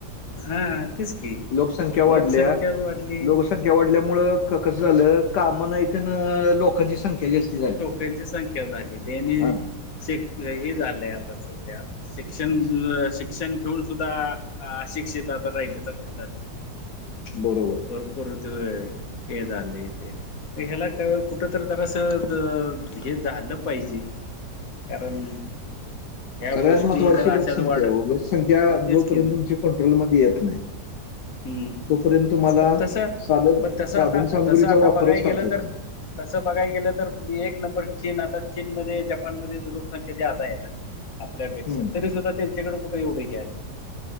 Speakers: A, on the left; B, on the left.
A: हा तेच की
B: लोकसंख्या वाढल्या
A: लोकसंख्या वाढली.
B: लोकसंख्या वाढल्यामुळ कसं झालं काम नाहीत आणि लोकांची संख्या जास्ती. झाली
A: लोकाची संख्या झाली तेनी
B: हा
A: श हे झालंय आता सध्या. शिक्षण शिक्षण घेऊन सुद्धा अशिक्षित आता राहिल्या सारख झालय.
B: बरोबर.
A: भरपूर द ये झाले तेे. ह्याला काय कुठ तर जरास हे झालं पाहिजे. कारण. ह्या
B: सगळ्यात
A: गोष्टी
B: महत्त्वाची
A: जर अशाच
B: लोकसंख्या
A: वाढत
B: आहे ओ लोकसंख्या
A: तेच
B: जोपर्यंत
A: की
B: तुमची कंट्रोलमध्येध्ये येत नाही.
A: हम्म
B: तोपर्यंत तुम्हाला
A: पण तसं
B: साध
A: पण तसं
B: साधन
A: आता
B: सामग्रीचा
A: तसं आता
B: वापरच
A: बघाय गेलं
B: करता येत
A: तर
B: नाही.
A: तसं बघाय गेलं तर एक नंबर चीन आता चीन मध्ये जपानमध्ये लोकसंख्या ज्यादा आहेत. आपल्यापेक्षा
B: नाही हम्म.
A: तरी सुद्धा त्यांच्याकडे कुठे एवढं हे आहे